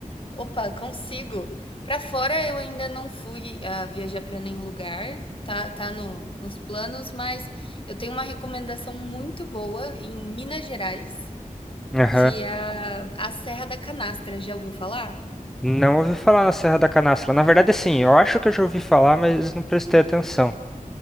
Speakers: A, on the left; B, in the centre.
A: Opa, consigo. Pra fora eu ainda não fui a viajar pra nenhum lugar, tá, tá no, nos planos, mas eu tenho uma recomendação muito boa em Minas Gerais,
B: Aham.
A: que é a, a Serra da Canastra. Já ouviu falar?
B: Não ouvi falar na Serra da Canastra. Na verdade, assim, eu acho que eu já ouvi falar, mas não prestei atenção.